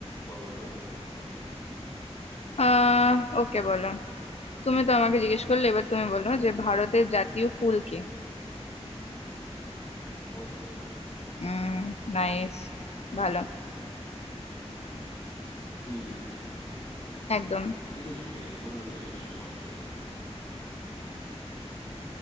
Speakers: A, on the left (about 40°); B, on the left (about 65°).
A: বলো এবার
B: আহ ওকে বলো তুমি তো আমাকে জিজ্ঞেস করলে এবার তুমি বলো যে ভারতের জাতীয় ফুল কি
A: পদ্ম
B: উম নাইস ভালো
A: হ্যাঁ দুই দুই
B: একদম
A: একটু ইয়ে অন্য কিছু জিজ্ঞেস করো শক্ত দেখে